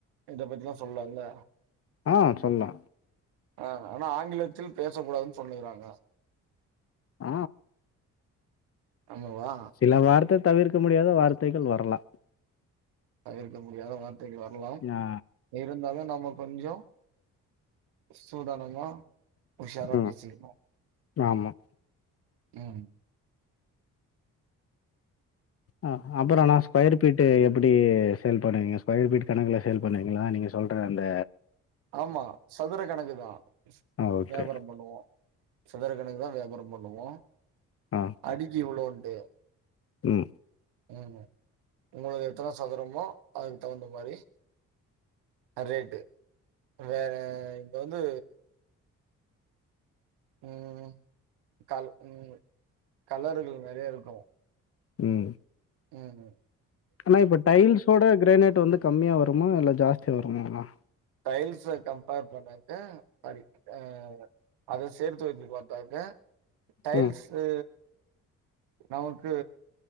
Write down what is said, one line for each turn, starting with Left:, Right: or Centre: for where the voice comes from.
Right: இத பத்திலா சொல்லால
Left: ஆ சொல்லா
Right: ஆ ஆனா ஆங்கிலத்தில் பேசக் கூடாதுன் சொல்லிர்றாங்க
Left: ஆ
Right: ஆமாவா
Left: சில வார்த்த தவிர்க்க முடியாத வார்த்தைகள் வரலா
Right: தவிர்க்க முடியாத வார்த்தைகள் வர்லாம்
Left: ஆ
Right: இருந்தாலு நம் இன்ன கொஞ்சோ சூதானமா உஷாரா
Left: ம்
Right: பேசிக்கிற்னு
Left: ஆமா
Right: ம்
Left: ஆ அப்புறோ ‌‌ நா ஸ்கொயர் பீட்டு எப் எப்டி சேல் பண்ணுவீங்க ஸ்கொயர் பீட்‌‌ கணக்குல சேல் பண்ணுவீங்களா நீங்க சொல்ற அந்த
Right: ஆமா சதுர கணக்கு தா
Left: ஆ ஓகே
Right: வியாபாரோ பண்ணுவோ சதுர கணக்கு தா வியாபாரோ பண்ணுவோ
Left: ஆ
Right: அடிக்கி இ்வ்ளோன்ட்டு
Left: ம்
Right: ம் உங்குளுக்கு எத்தன சதுரமோ அதுக்கு தகுந்த மாரி ஆ ரேட்டு வேற இங்க வந்து ம் கால் ம் கலருகள் நெறையா இருக்கு
Left: ம்
Right: ம் ம்
Left: ஆனா இப்ப டைல்ஸோட கிரானைைட் வந்து கம்மியா வருமா இல்ல ஜாஸ்தியா வருமாண்ணா
Right: டைல்ஸ கம்பேர் பண்ணாக்கா பாதி ஆ அத சேர்த்து வைத்து பாத்தாகா டைல்ஸு
Left: ம்
Right: கு நமக்கு